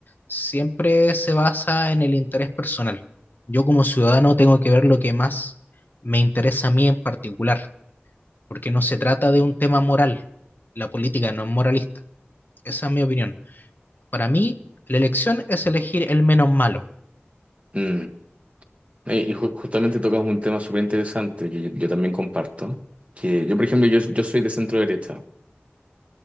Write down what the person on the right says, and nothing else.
Mm. Eh, Y ju- justamente tocas un tema súper interesante que yo, yo también comparto. Que yo, por ejemplo, yo, yo soy de centro derecha,